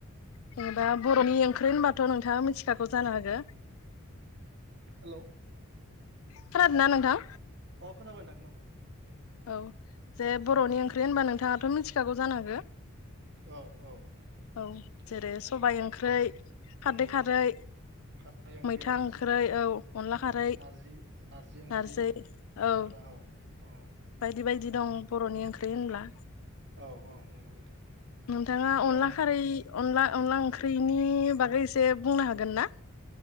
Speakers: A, on the left; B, on the right.
A: जेनेबा बर'नि ओंख्रि होनबाथ' नोंथाङा मिथिखागौ जानो हागो
B: हेलौ
A: खोनादों
B: अ
A: ना नोंथां?
B: खोनाबाय नोंथां खोनाबाय
A: औ जे बर'नि ओंख्रि होनबा नोंथाङाथ' मिथिखागौ जानांगो
B: औ औ
A: औ
B: मिथिबाय
A: जेरै सबाय ओंख्रै खारदै
B: औ
A: खारै
B: खारै ओंख्रि
A: मैथा
B: औ
A: ओंख्रै औ
B: मैथा
A: अनला
B: ओंख्रि
A: खारै
B: नारजि ओंख्रि
A: नारजि औ
B: अनला औ
A: बायदि बायदि दं बर'नि ओंख होनब्ला
B: औ औ नंगौ नोंथां
A: नोंथाङा
B: दा
A: अनला खारै अनला अनला ओंख्रिनि बागै एसे बुंनो हागोन ना।